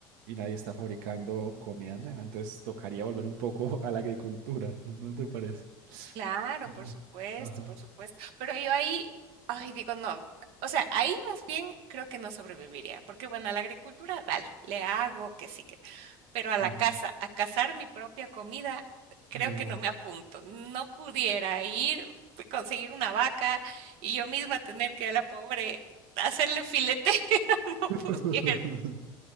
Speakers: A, on the right; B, on the right.
A: y nadie está fabricando comida nueva, entonces tocaría volver un poco <laughs> a la agricultura, ¿no, no te parece?
B: Claro,
A: Ujú.
B: por supuesto,
A: Ajá.
B: por supuesto. Pero yo ahí, ay, digo, no, o sea, ahí más bien creo que no sobreviviría, porque bueno, a la agricultura, dale, le hago que sí que, pero a la
A: Ajá,
B: casa, a cazar mi propia comida, creo
A: no.
B: que no me apunto. No pudiera ir, pues, conseguir una vaca y yo misma tener que a la pobre hacerle filete, <laughs> no
A: <laughs>
B: pudiera,